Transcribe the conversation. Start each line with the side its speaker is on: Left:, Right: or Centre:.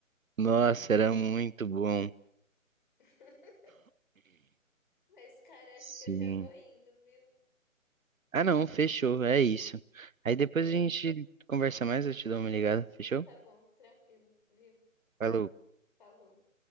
Right: Nossa, era muito bom.
Left: <laughs> Mas, cara, acho
Right: Sim.
Left: que eu já vou indo, viu?
Right: Ah, não, fechou, é isso. Aí depois
Left: É,
Right: a gente conversa mais, eu te dou uma ligada, fechou?
Left: Tá bom, tranquilo, viu?
Right: Falou.
Left: Falou.